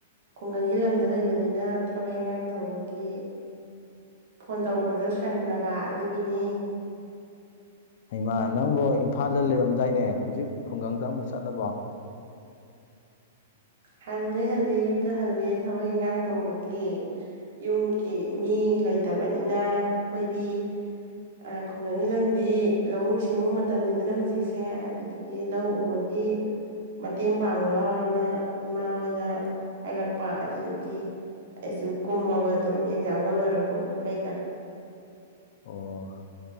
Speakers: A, on the right; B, on the left.
A: ꯈꯨꯡꯒꯪꯒꯤ ꯂꯝꯗ ꯂꯩꯕꯅꯤꯅ ꯊꯕꯛ ꯏꯟꯒꯥꯡ ꯇꯧꯕꯒꯤ ꯐꯣꯟ ꯇꯧꯕꯗꯣ ꯁꯪꯗꯕ ꯑꯗꯨꯒꯤꯅꯤ
B: ꯍꯩꯃꯥ ꯅꯪꯕꯨ ꯏꯝꯐꯥꯜꯗ ꯂꯩꯔꯝꯗꯥꯏꯅꯦ ꯍꯧꯖꯤꯛ ꯈꯨꯡꯒꯪꯗ ꯑꯃꯨꯛ ꯆꯠꯂꯕꯣ
A: ꯍꯜꯂꯦ ꯍꯜꯂꯦ ꯌꯨꯝꯗ ꯍꯜꯂꯦ ꯊꯕꯛ ꯏꯟꯒꯥꯡ ꯇꯧꯕꯒꯤ ꯌꯨꯝꯒꯤ ꯃꯤ ꯂꯩꯇꯕꯅꯤꯅ ꯑꯩꯈꯣꯏꯗꯤ ꯑꯥ ꯈꯨꯡꯒꯪꯒꯤ ꯂꯝꯗꯤ ꯂꯧꯎ ꯁꯤꯡꯎ ꯃꯇꯝꯅꯤꯗꯅ ꯍꯧꯖꯤꯛꯁꯦ ꯑꯗꯨ ꯑꯗꯨꯒꯤ ꯂꯧ ꯎꯕꯒꯤ ꯃꯇꯦꯡ ꯄꯥꯡꯉꯨ ꯂꯥꯎꯅ ꯏꯃꯥ ꯍꯣꯏꯅ ꯍꯥꯏꯔꯛꯄ ꯑꯗꯨꯗꯨꯒꯤ ꯑꯩꯁꯨ ꯀꯨꯝꯃꯕ ꯑꯗꯨꯝ ꯑꯦꯛꯖꯥꯝꯒ ꯂꯣꯏꯔꯛꯄꯒ ꯀꯩꯀꯥ
B: ꯑꯣ